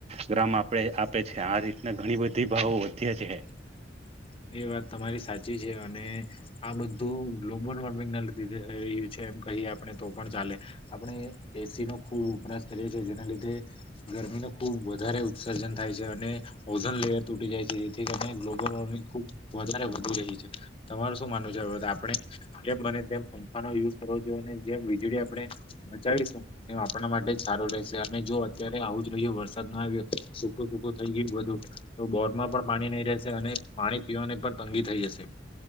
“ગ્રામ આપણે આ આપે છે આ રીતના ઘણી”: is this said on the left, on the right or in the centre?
Right